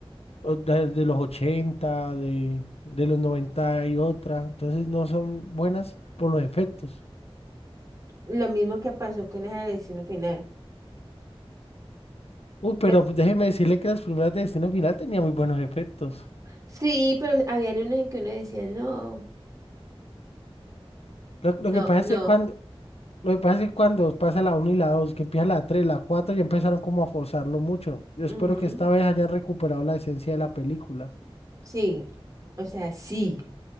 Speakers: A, on the left; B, on the right.
A: o de, de los 80, de, de los 90 y otra, entonces no son buenas por los efectos.
B: lo mismo que pasó con el destino final.
A: Uy, pero
B: Pues,
A: déjeme decirle que las primeras de Destino Final tenían muy buenos efectos.
B: Sí, pero habían unos en que uno decía, no,
A: Lo,
B: no,
A: lo que pasa
B: no,
A: es que cuando, Lo que pasa es que cuando pasa la uno y la 2 que empieza la 3 la 4 ya empezaron como a forzarlo mucho. Yo
B: ujú,
A: espero que esta vez hayan recuperado la esencia de la película.
B: sí, o sea, sí.